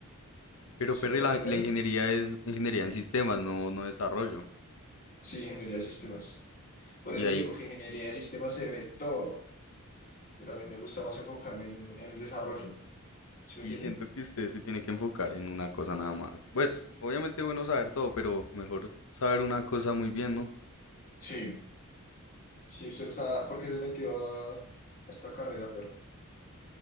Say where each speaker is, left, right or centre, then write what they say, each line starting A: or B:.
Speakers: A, on the left; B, on the left.
A: Pero,
B: ¿Sí
A: Perry,
B: me voy
A: la,
B: a entender?
A: la ingeniería es ingeniería en sistemas, no, no desarrollo.
B: Sí, ingeniería de sistemas. Por
A: Y
B: eso
A: ahí
B: le digo que ingeniería de sistemas se ve todo, pero a mí me gusta más enfocarme en, en el desarrollo. ¿Sí
A: sí
B: me entiende?
A: siento que usted se tiene que enfocar en una cosa nada más. Pues, obviamente bueno saber todo, pero mejor saber una cosa muy bien, ¿no?
B: Sí. Sí, usted no está, ¿por qué se metió a, a esta carrera, pero